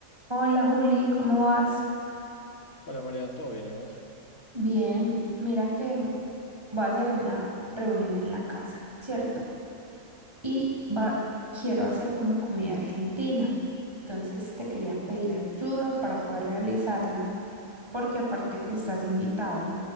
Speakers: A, on the right; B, on the left.
A: Hola Juli, ¿cómo vas?
B: Hola María, ¿todo bien y vos?
A: Bien, mira que voy a hacer una reunión en la casa, ¿cierto? Y va, quiero hacer como comida argentina. Entonces te quería pedir ayuda para poder realizarla, porque aparte que estás invitado,